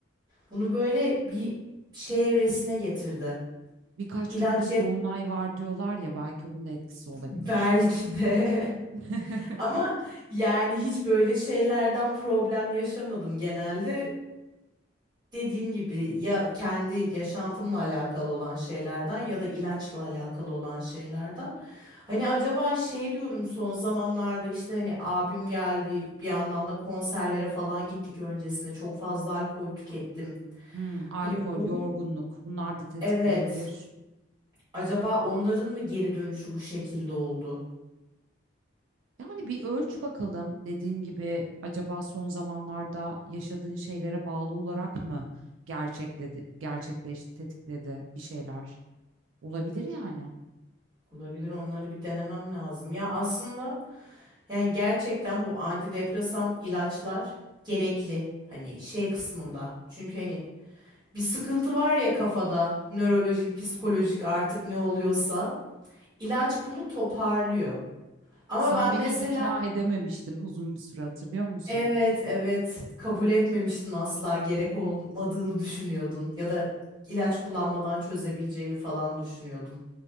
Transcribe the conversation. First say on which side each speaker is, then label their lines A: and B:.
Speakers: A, on the right; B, on the right.
A: Bunu böyle bir şey evresine getirdi.
B: Birkaç
A: İlaç
B: gündür
A: yet
B: dolunay var diyorlar ya belki onun da etkisi olabilir.
A: belki de <laughs>
B: <laughs>
A: ama yani hiç böyle şeylerden problem yaşamadım genelde. dediğim gibi ya kendi yaşantımla alakalı olan şeylerden ya da ilaçla alakalı olan şeylerden. Hani acaba şey diyorum son zamanlarda işte hani abim geldi bir yandan da konserlere falan gittik öncesinde çok fazla alkol tükettim.
B: Hmm,
A: Hani
B: alkol,
A: onun
B: yorgunluk bunlar da tetikleyebilir.
A: evet acaba onların mı geri dönüşü bu şekilde oldu?
B: Yani bir ölç bakalım dediğin gibi acaba son zamanlarda yaşadığın şeylere bağlı olarak mı gerçekledi, gerçekleşti, tetikledi bir şeyler? Olabilir yani.
A: Olabilir onları bir denemem lazım. Ya aslında yani gerçekten bu antidepresan ilaçlar gerekli hani şey kısmında. Çünkü hani Bir sıkıntı var ya kafada, nörolojik, psikolojik artık ne oluyorsa, ilaç bunu toparlıyor. Ama
B: Sen
A: ben
B: beni
A: mesela
B: ikna edememiştin uzun bir süre hatırlıyor musun?
A: evet evet kabul etmemiştin asla gerek olmadığını düşünüyordun ya da ilaç kullanmadan çözebileceğini falan düşünüyordun.